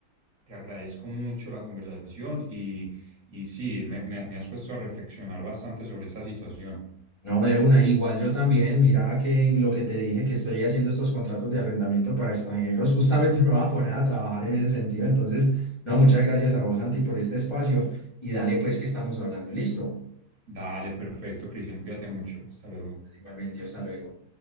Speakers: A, on the right; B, on the left.
A: te agradezco mucho la conversación y, y sí, me, me me has puesto a reflexionar bastante sobre esta situación.
B: No, de una, igual yo también, mira que lo que te dije, que estoy haciendo estos contratos de arrendamiento para extranjeros, <laughs> justamente me va a poner a trabajar en ese sentido. Entonces, no, muchas gracias a vos, Santi, por este espacio y dale pues que estamos hablando. Listo,
A: Dale, perfecto, Cristian, cuídate mucho. Hasta luego.
B: igualmente, hasta luego.